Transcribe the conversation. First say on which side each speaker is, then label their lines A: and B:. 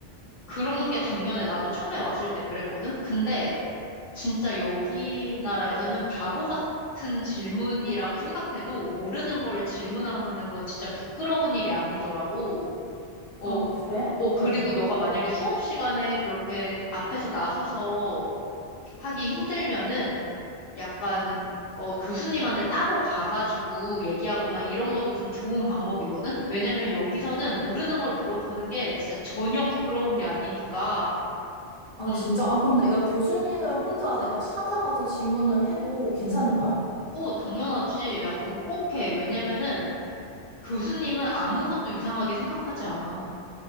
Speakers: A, on the left (about 65°); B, on the left (about 45°).
A: 그런 게 당연해. 나도 처음에 왔을 때 그랬거든? 근데 진짜 여기 나라에서는 바보 같은 질문이라고 생각해도 모르는 걸 질문하는 건 진짜 부끄러운 일이 아니더라고. 어,
B: 아, 그래?
A: 어, 그리고
B: 어.
A: 너가 만약에 수업 시간에 그렇게 앞에서 나서서 하기 힘들면은 약간 어, 교수님한테 따로 가가지고 얘기하거나 이런 것도 좀 좋은 방법이거든? 왜냐면 여기서는
B: 어,
A: 모르는 걸 물어보는 게 진짜 전혀 부끄러운 게 아니니까.
B: 아,
A: 음,
B: 아, 진짜? 아, 그럼 내가 교수님을 혼자 내가 찾아가서 질문을 해도 괜찮은 거야?
A: 오, 당연하지. 야, 그거 꼭 해. 왜냐면은 교수님은 아무것도 이상하게 생각하지 않아.